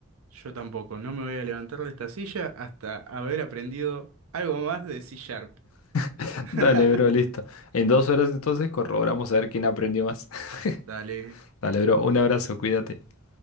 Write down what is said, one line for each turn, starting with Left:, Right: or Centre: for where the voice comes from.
Right: Yo tampoco, no me voy a levantar de esta silla hasta haber aprendido algo más de C Sharp.
Left: <laughs>
Right: <laughs>
Left: Dale, bro, listo. En dos horas entonces corroboramos a ver quién aprendió más. <laughs>
Right: Dale.
Left: Dale, bro, un abrazo, cuídate.